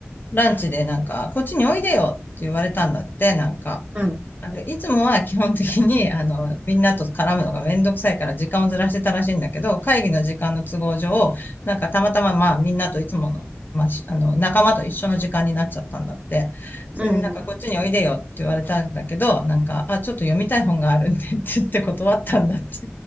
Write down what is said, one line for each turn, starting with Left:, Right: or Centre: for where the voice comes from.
Left: ランチでなんか、こっちにおいでよって言われたんだって、なんか。
Right: う
Left: あの、いつもは基本的に、<laughs> あの、みんなと絡むのがめんどくさいから時間をずらしてたらしいんだけど、会議の時間の都合上、なんかたまたままあみんなといつもの、まあ、しあの、仲間と一緒の時間になっちゃったんだって。それでなんかこっちにおいでよって言われたんだけど、
Right: ん、うん、
Left: なんか、あ、ちょっと読みたい本があるんでって言って断ったんだって。